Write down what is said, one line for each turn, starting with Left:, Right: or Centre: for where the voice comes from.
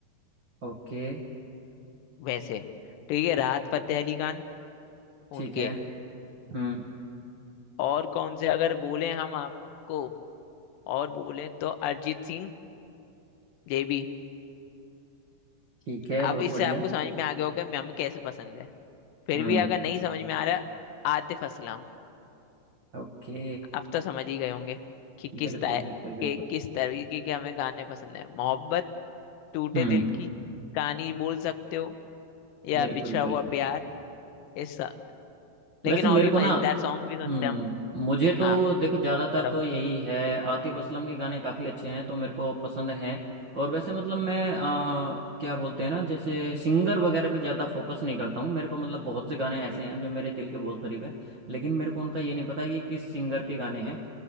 Right: ओके
Left: वैसे ठीक है राहत फतेह अली खान
Right: ठीक
Left: उनके
Right: है हम्म
Left: और कौन से अगर बोले हम आपको और बोले तो अरिजीत सिंह ये भी
Right: ठीक है
Left: अब
Right: बहुत
Left: इससे
Right: बढ़िया
Left: आपको समझ में आ गया होगा कि हमें कैसे पसंद है फिर
Right: हम्म
Left: भी अगर नहीं समझ में आ रहा आतिफ असलम
Right: ओके
Left: अब तो समझ ही गए होंगे कि किस
Right: बिल्कुल
Left: टाइप
Right: बिल्कुल बिल्कुल
Left: के किस तरीके के हमें गाने पसंद है मोहब्बत टूटे
Right: हम्म
Left: दिल की कहानी बोल सकते हो या
Right: बिल्कुल
Left: बिछड़ा हुआ
Right: बिल्कुल
Left: प्यार इस लेकिन
Right: वैसे मेरे
Left: और भी
Right: को
Left: मजेदार
Right: ना
Left: सॉन्ग भी सुनते
Right: हम्म
Left: हैं हम
Right: मुझे तो
Left: हाँ
Right: देखो ज्यादातर
Left: बताओ
Right: तो यही है आतिफ असलम के गाने काफी अच्छे हैं तो मेरे को पसंद हैं और वैसे मतलब मैं अ, क्या बोलते हैं ना जैसे सिंगर वगैरह पे ज्यादा फोकस नहीं करता हूँ मेरे को मतलब बहुत से गाने ऐसे हैं जो मेरे दिल के बहुत करीब है लेकिन मेरे को उनका ये नहीं पता कि किस सिंगर के गाने हैं